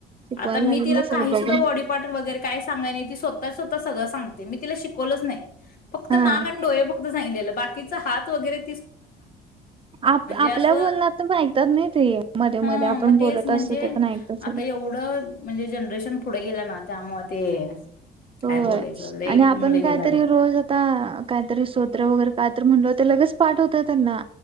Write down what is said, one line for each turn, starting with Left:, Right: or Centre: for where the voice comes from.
Right: शिकवायला
Left: आता मीिला
Right: लागेल ना सगळं
Left: काही
Right: बघून
Left: सुद्धा बॉडी पार्ट वगैरे काय सांगाय नाही ती स्वतःच स्वतः सगळं सांगते मी तिला शिक कोलच नाही फक्त
Right: हा.
Left: नाक आणि डोळे फक्त सांगले बाकीच हात वगरे
Right: आप आपल्या
Left: असं
Right: बोलण्यातण ऐकतात नाही ते मध्ये
Left: हा
Right: मध्ये आपण
Left: मग
Right: बोलत
Left: तेच म्हणजे
Right: असतो ते पण ऐकतात सगळे.
Left: आता एवढं म्हणजे जनरेशन पुढे गेलं ना त्यामुळे ते
Right: होय
Left: काय बोलायचं लय
Right: आणि
Left: मुलं
Right: आपण
Left: हे
Right: काहीतरी
Left: झालेत.
Right: रोज आता काहीतरी सोत्र वगैरे काय तर म्हणल ते लगेच पाठ होतं त्यांना